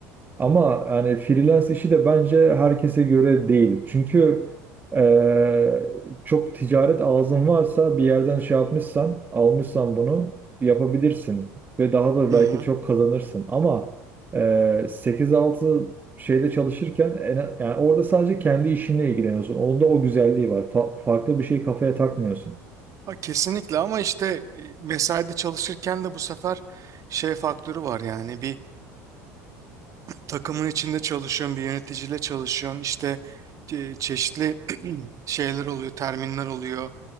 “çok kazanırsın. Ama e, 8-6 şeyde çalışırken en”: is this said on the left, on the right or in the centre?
Right